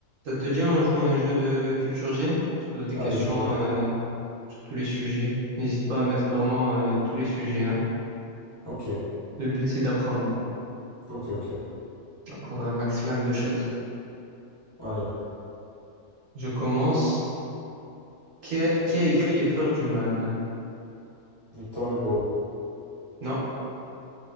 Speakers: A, on the right; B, on the left.
A: Ça te dit, on joue à un jeu de culture G? On se pose des
B: Allez,
A: questions
B: go.
A: euh, sur tous les sujets. N'hésite pas à mettre vraiment euh, tous les sujets, hein.
B: Ok,
A: Le but, c'est d'apprendre,
B: ok, ok.
A: d'apprendre un maximum de choses.
B: Allez,
A: Je commence. Qui a, qui a écrit Les Fleurs du Mal?
B: Victor Hugo.
A: Non,